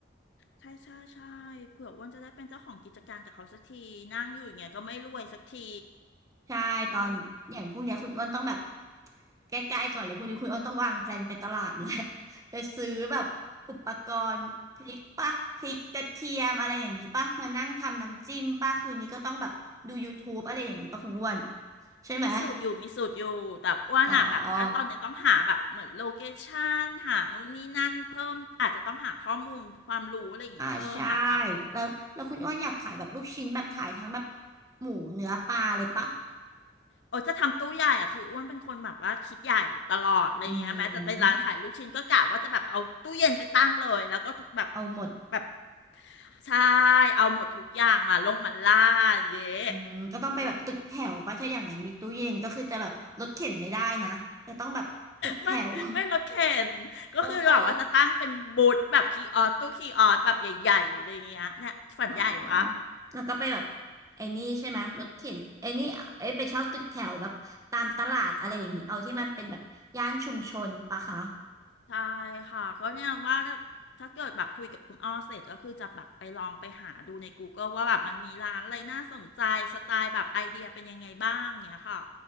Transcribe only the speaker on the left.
ใช่ใช่ใช่เผื่ออ้วนจะได้เป็นเจ้าของกิจการกับเขาสักทีนั่งอยู่อย่างเงี้ยก็ไม่รวยสักที
อืม
มีสูตรอยู่มีสูตรอยู่แต่อ้วนอ่ะแบบตอนนี้ต้องหาแบบเหมือนโลเคชั่นหานู่นนี่นั่นเพิ่มอาจจะต้องหาข้อมูลความรู้อะไรอย่างเงี้ยเพิ่มล่ะค่ะ
โอ้จะทำตู้ใหญ่อ่ะคืออ้วนเป็นคนแบบว่าคิดใหญ่ตลอดอะไรเงี้ยแม้จะเป็นร้านขายลูกชิ้นก็กะว่าจะแบบเอาตู้เย็นไปตั้งเลยแล้วก็แบบ
แบบใช่เอาหมดทุกอย่างมาลงมาล่าอย่างเงี้ย
อืม ไม่
ไม่รถเข็นก็คือแบบว่าจะตั้งเป็นบูธแบบคีย์ออสตู้คีย์ออสแบบใหญ่ๆอะไรอย่างเงี้ยเนี่ยฝันใหญ่วะ
ใช่ค่ะก็เนี่ยว่าถ้าเกิดแบบคุยกับคุณอ้อเสร็จก็คือจะแบบไปลองไปหาดูใน Google ว่าแบบมันมีร้านอะไรน่าสนใจสไตล์แบบไอเดียเป็นยังไงบ้างเงี้ยค่ะ